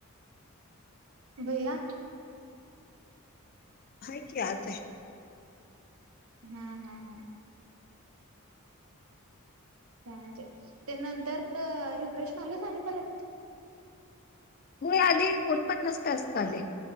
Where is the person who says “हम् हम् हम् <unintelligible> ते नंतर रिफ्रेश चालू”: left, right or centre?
Right